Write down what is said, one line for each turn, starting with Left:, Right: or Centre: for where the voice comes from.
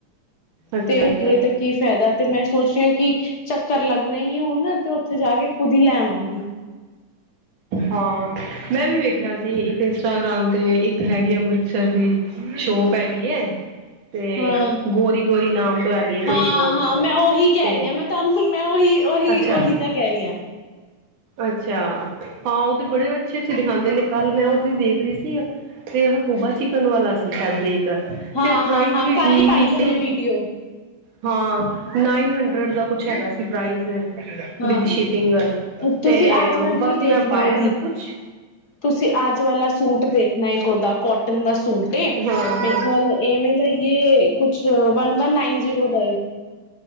Right: ਅੱਛਾ
Left: ਤੇ ਨਿਕਲੀ
Right: ਅੱਛਾ
Left: ਤੇ ਕੀ ਫੈਦਾ ਤੇ ਮੈਂ ਸੋਚ ਰਹੀ ਆ ਕੀ ਚੱਕਰ ਲੱਗਣਾ ਹੀ ਏ ਹੁਣ, ਤੇ ਉੱਥੇ ਜਾ ਕੇ ਖੁਦ ਹੀ ਲੈ ਆਵਾਂਗੀ।
Right: ਹਾਂ ਮੈਂ ਵੀ ਵੇਖਿਆ ਸੀ ਇੱਕ ਇੰਸਟਾਗ੍ਰਾਮ ਤੇ ਇੱਕ ਹੈਗੀ ਅੰਮ੍ਰਿਤਸਰ ਦੀ ਸ਼ੋਪ ਹੈਗੀ ਏ ਤੇ
Left: ਹਾਂ
Right: ਗੋਰੀ-ਗੋਰੀ ਨਾਮ ਤੋਂ ਹੈਗੀ ਹੈ ਕੋਈ
Left: ਹਾਂ-ਹਾਂ
Right: ਸ਼ੋਪ
Left: ਮੈਂ ਓਹੀ ਕਹ
Right: ਤੇ
Left: ਰੀ ਹਾਂ ਮੈਂ ਤੁਹਾਨੂੰ ਮੈਂ ਉਹੀ-ਉਹੀ,
Right: ਅੱਛਾ
Left: ਓਹੀ ਤਾਂ ਕਹਿ ਰਹੀ ਹਾਂ।
Right: ਅੱਛਾ ਹਾਂ ਉਹਤੇ ਬੜੇ ਅੱਛੇ-ਅੱਛੇ ਦਿਖਾਂਦੇ ਨੇ ਕੱਲ ਮੈਂ ਉਹਤੇ ਦੇਖ ਰੀ ਸੀ ਤੇ ਹਕੂਬਾ ਚਿਕਨ ਵਾਲਾ ਸੀ ਫੈਬਰਿਕ।
Left: ਹਾਂ-ਹਾਂ-ਹਾਂ
Right: ਤੇ ਪ੍ਰਾਈਜ਼ ਵੀ
Left: ਕੱਲ
Right: ਠੀਕ
Left: ਹੀ ਪਾਈ
Right: ਈ ਸੀ।
Left: ਉਹਨੇ ਵੀਡੀਓ
Right: ਹਾਂ ਨਾਈਨ ਹੰਡਰਡ ਦਾ ਕੁਛ ਹੈਗਾ ਸੀ ਪ੍ਰਾਈਜ਼
Left: ਹਾਂ।
Right: ਵਿਦ ਸ਼ਿਪ ਪਿੰਗ
Left: ਤੁਸੀਂ
Right: ਤੇ
Left: ਅੱਜ ਵਾਲੀ
Right: ਬਸ
Left: ਵੀ ਦੇਖਣਾ
Right: ਮੈਂ ਪਾਇਆ
Left: ਉਹਦੀ।
Right: ਮੈਂ ਕੁਛ
Left: ਤੁਸੀਂ ਅੱਜ ਵਾਲਾ ਸੂਟ ਦੇਖਣਾ ਇਕ ਅੋਦਾ ਕੋਟਨ ਦਾ ਸੂਟ। ਤੇ
Right: ਹਾਂ
Left: ਮੇ
Right: ਹਾਂ
Left: ਖਿਆਲ ਇਵੇਂ ਦਾ ਏ ਕੁਛ ਵਨ- ਵਨ ਨਾਈਨ ਜ਼ੀਰੋ ਦਾ ਏ।